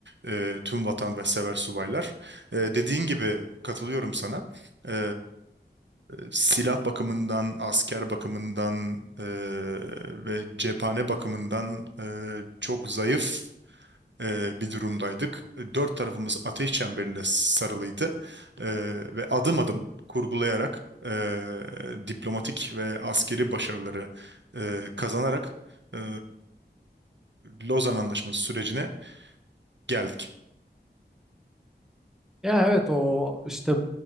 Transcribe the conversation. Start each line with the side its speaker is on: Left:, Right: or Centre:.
Right: e, tüm vatansever subaylar. E, dediğin gibi katılıyorum sana. E, silah bakımından, asker bakımından e, ve cephane bakımından e, çok zayıf e, bir durumdaydık. E, Dört tarafımız ateş çemberiyle sarılıydı E, ve adım adım kurgulayarak e, diplomatik ve askeri başarıları e, kazanarak e, Lozan Anlaşması sürecine geldik.
Centre: Ya evet o işte